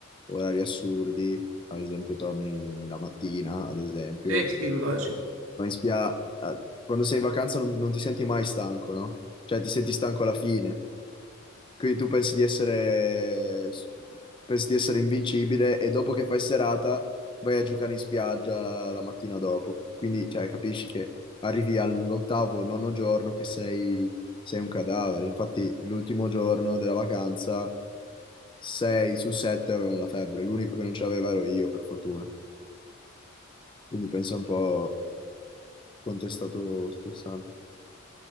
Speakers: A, on the left (about 25°); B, on the right (about 80°).
A: orari assurdi, ad esempio torni la mattina, ad esempio,
B: Sì, sì, immagino.
A: ma in spia... a- quando sei in vacanza non, non ti senti mai stanco, no? Cioè ti senti stanco alla fine, quindi tu pensi di essere, pensi di essere invincibile e dopo che fai serata vai a giocare in spiaggia la mattina dopo. Quindi, cioè, capisci che arrivi all'ottavo, nono giorno che sei, sei un cadavere. Infatti, l'ultimo giorno della vacanza, 6 su 7 avevano la febbre. L'unico che non ce l'aveva ero io, per fortuna. Quindi pensa un po' quanto è stato stressante.